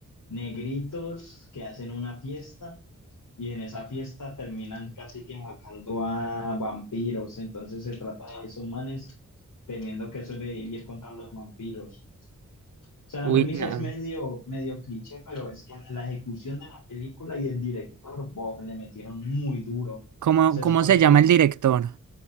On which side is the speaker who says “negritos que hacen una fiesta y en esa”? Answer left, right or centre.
Left